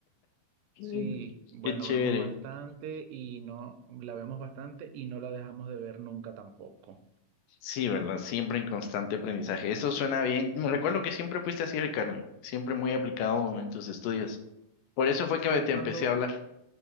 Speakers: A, on the right; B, on the left.
A: sí,
B: Mm.
A: bueno,
B: Qué chévere.
A: vemos bastante y no, la vemos bastante y no la dejamos de ver nunca tampoco.
B: Sí, ¿verdad? Siempre en constante aprendizaje. Eso suena bien. Me recuerdo que siempre fuiste así, Ricardo. Siempre muy aplicado en tus estudios. Por eso fue que
A: Pues
B: me te
A: cuando
B: empecé a hablar.